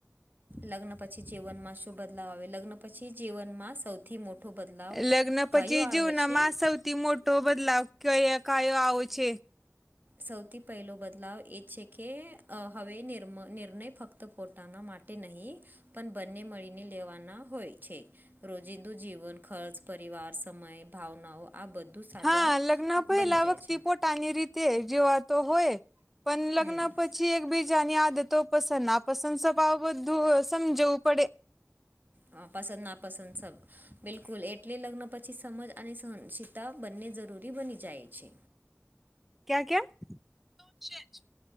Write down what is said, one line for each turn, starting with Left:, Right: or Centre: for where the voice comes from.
Right: લગ્ન પછી જીવનમાં શું બદલાવ આવે? લગ્ન પછી જીવનમાં સૌથી મોટો બદલાવ
Centre: લગ્ન પછી
Right: કાયો આવે
Centre: જીવનમાં
Right: છે?
Centre: સૌથી મોટો બદલાવ ક કયો આવે છે?
Right: સૌથી પહેલો બદલાવ એ છે કે હવે નીમ નિર્ણય ફક્ત પોતાના માટે નહીં પણ બંને મળીને લેવાના હોય છે. રોજિંદુ જીવન ખર્ચ, પરિવાર, સમય, ભાવનાઓ આ બધું સાજા
Centre: હા, લગ્ન પહેલા
Right: બની જાય
Centre: વ્યક્તિ
Right: છે
Centre: પોટની રીતે જે વાત તો હોય પણ લગ્ન
Right: હમ
Centre: પછી એક બીજાની આદતો પસંદ ના પસંદ સભાવ બ તો સમજાવું પડે.
Right: હા પસંદ, નાપસંદ સ બિલકુલ એટલે લગ્ન પછી સમજ અને સહનશિતા બંને જરૂરી બની જાય છે.
Centre: ક્યા-ક્યા છે જ?